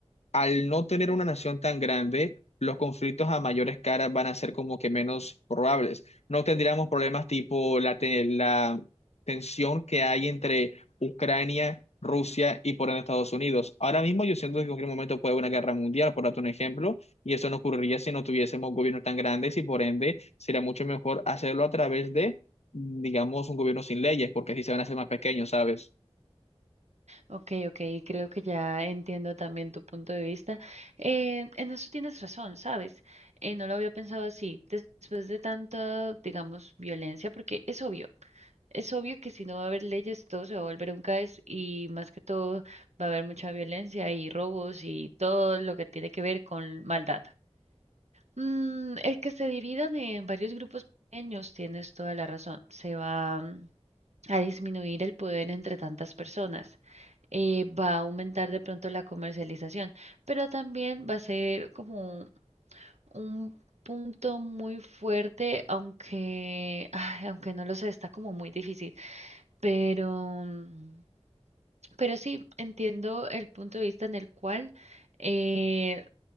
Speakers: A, on the left (about 75°); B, on the right (about 85°).
A: al no tener una nación tan grande, los conflictos a mayores caras van a ser como que menos probables. No tendríamos problemas tipo la, te- la tensión que hay entre Ucrania, Rusia y por ende Estados Unidos. Ahora mismo yo siento que en cualquier momento puede haber una guerra mundial, por darte un ejemplo, y eso no ocurriría si no tuviésemos gobiernos tan grandes y por ende sería mucho mejor hacerlo a través de, digamos, un gobierno sin leyes, porque así se van a hacer más pequeños, ¿sabes?
B: Ok, ok, creo que ya entiendo también tu punto de vista. Eh, en eso tienes razón, ¿sabes? Eh, no lo había pensado así. Des- Después de tanta, digamos, violencia, porque es obvio. Es obvio que si no va a haber leyes, todo se va a volver un caos y más que todo va a haber mucha violencia y robos y todo lo que tiene que ver con maldad. Mm, el que se dividan en varios grupos pequeños, tienes toda la razón. Se va mm, a disminuir el poder entre tantas personas. Eh, va a aumentar de pronto la comercialización, pero también va a ser como un punto muy fuerte, aunque, ay, aunque no lo sé, está como muy difícil. Pero, mm, pero sí, entiendo el punto de vista en el cual eh,